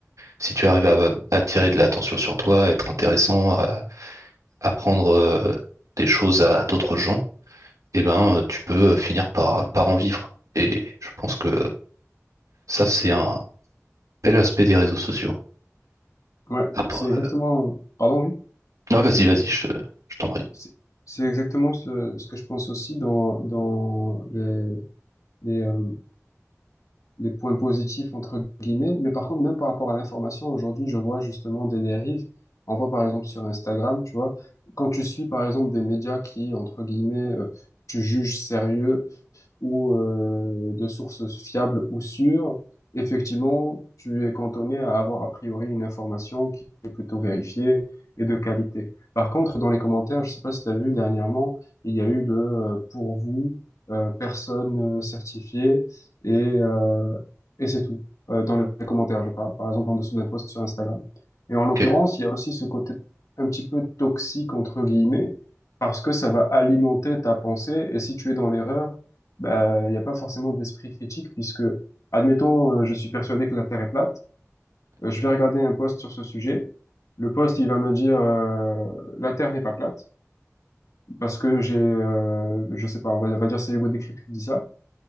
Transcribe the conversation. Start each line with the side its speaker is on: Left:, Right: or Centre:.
Right: Si tu arrives à attirer de l'attention sur toi, être intéressant, à apprendre euh, des choses à d'autres gens, eh ben, euh, tu peux finir par, par en vivre. Et je pense que ça, c'est un bel aspect des réseaux sociaux.
Left: Ouais,
Right: Après...
Left: c'est exactement, pardon, oui,
Right: Non, vas-y, vas-y, je te- je t'en prie.
Left: c'est c'est exactement ce, ce que je pense aussi dans, dans les, les, euh, les points positifs, entre guillemets. Mais par contre, même par rapport à l'information, aujourd'hui, je vois justement des dérives. On voit par exemple sur Instagram, tu vois, quand tu suis par exemple des médias qui, entre guillemets, euh, tu juges sérieux ou euh, de sources fiables ou sûres, effectivement, tu es cantonné à avoir a priori une information qui est plutôt vérifiée et de qualité. Par contre, dans les commentaires, je sais pas si tu as vu dernièrement, il y a eu le euh, pour vous, euh, personne euh, certifiée et, euh, et c'est tout. Euh, dans les commentaires, je parle, par exemple en dessous d'un post sur Instagram. Et en l'occurrence,
Right: Ok.
Left: il y a aussi ce côté un petit peu toxique, entre guillemets, parce que ça va alimenter ta pensée. Et si tu es dans l'erreur, ben il n'y a pas forcément d'esprit critique puisque, admettons, euh, je suis persuadé que la Terre est plate, euh, je vais regarder un post sur ce sujet. Le post, il va me dire euh, la Terre n'est pas plate parce que j'ai, euh, je sais pas, on va, on va dire c'est Hugo Décrypte qui dit ça.